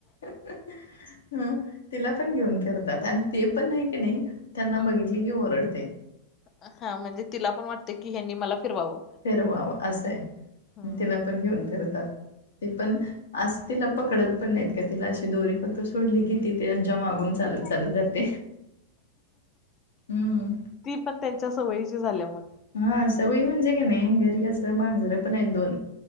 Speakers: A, on the left; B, on the left.
A: <unintelligible> हम, तिला पण घेऊन फिरतात. आन ते पण हाय की नाही, त्यांना
B: हा
A: बघितली की, ओरडते.
B: हा, म्हणजे तिला पण वाटते की, हेनी मला फिरवावं.
A: फिरवावं असं आहे
B: हम्म
A: तिला पण घेऊन फिरतात ते पण असं तिला पकडत पण नाहीत का तिला अशी दोरी फक्त त सोडली किती ते त्यांच्या मागून
B: हा
A: चालत चालत जाते हम्म
B: ती पण त्यांच्या सवयीची झाल्या मग
A: हा सवय म्हणजे कनेय घरी कस मांजरं पण आहेत दोन